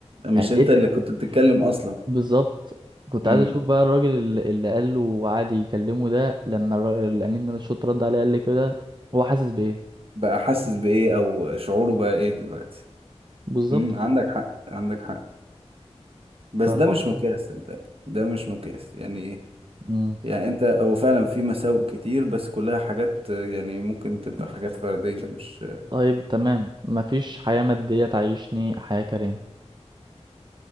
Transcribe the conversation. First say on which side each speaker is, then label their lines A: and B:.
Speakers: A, on the right; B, on the right.
A: مش
B: يعني اتضايقت
A: انت اللي
B: اتضايقت.
A: كنت بتتكلم اصلا
B: بالظبط كنت
A: امم
B: عايز اشوف بقى الراجل اللي اللي قال له وقعد يكلمه ده لما الر- الامين من الشرطه رد عليه قال لي كده هو حاسس بايه
A: بقى حاسس بايه او شعوره بقى ايه دلوقتي
B: بالظبط
A: امم عندك
B: ف-
A: حق عندك حق بس
B: فالم...
A: ده مش مقياس صدقني ده مش مقياس يعني إيه؟
B: مم.
A: يعني انت هو فعلا في مساوئ كتير بس كلها حاجات آه، يعني ممكن تبقى حاجات فردية مش
B: طيب تمام مفيش حياه ماديه تعيشني حياه كريمه